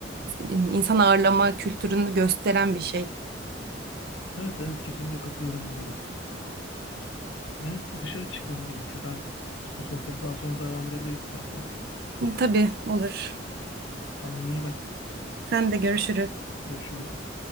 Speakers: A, on the right; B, on the left.
A: insan ağırlama kültürünü gösteren bir şey.
B: Evet evet kesinlikle katılıyorum bunlara. Benim dışarı çıkmam gerekiyor. Ben bu sohbete daha sonra devam edebiliriz istersen.
A: Tabii olur.
B: Kendine iyi bak.
A: Sen de görüşürüz.
B: Görüşürüz.